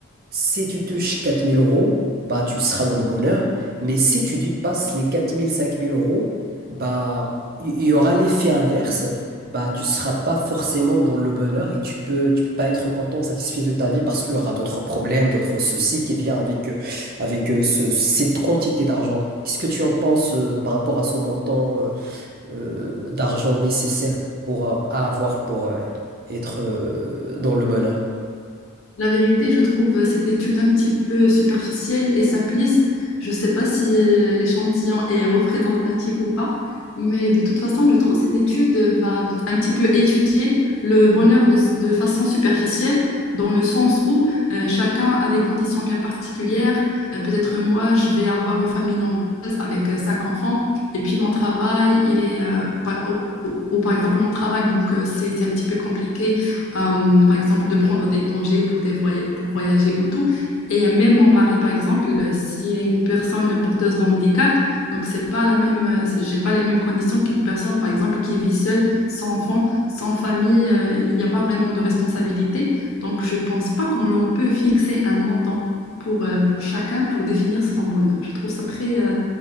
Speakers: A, on the right (about 45°); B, on the left (about 80°).
A: Si tu touches quatre mille euros, bah, tu seras dans le bonheur. Mais si tu dépasses les quatre mille cinq mille euros, bah, il y aura l'effet inverse. Bah, tu seras pas forcément dans le bonheur et tu peux, tu peux pas être content, satisfait de ta vie parce qu'il y aura d'autres problèmes, d'autres soucis qui viennent avec, euh, avec euh, ce- cette quantité d'argent. Qu'est-ce que tu en penses euh, par rapport à ce montant, euh, euh, d'argent nécessaire pour euh, à avoir pour euh, être euh, dans le bonheur.
B: La vérité, je trouve cette étude un petit peu superficielle et simpliste. Je ne sais pas si euh, l'échantillon est représentatif ou pas, mais de toute façon, je trouve que cette étude va un petit peu étudier le bonheur de, de façon superficielle, dans le sens où euh, chacun a des conditions bien particulières. Euh, peut-être moi, je vais avoir une famille nombreuse avec euh, cinq enfants, et puis mon travail, il est, euh, par- ou, ou par exemple mon travail, donc euh, c'est c'est un petit peu compliqué euh, par exemple, de prendre des congés pour, des voya- pour voyager ou tout. Et même mon mari, par exemple, euh, s'il est une personne porteuse d'handicap, donc c'est pas la même, euh, j'ai pas les mêmes conditions qu'une personne, par exemple, qui vit seule, sans enfant, sans famille, euh, il n'y a pas vraiment de responsabilité. Donc je pense pas qu'on l'on peut fixer un montant pour, euh, pour chacun pour définir son bonheur. Je trouve ça très, euh,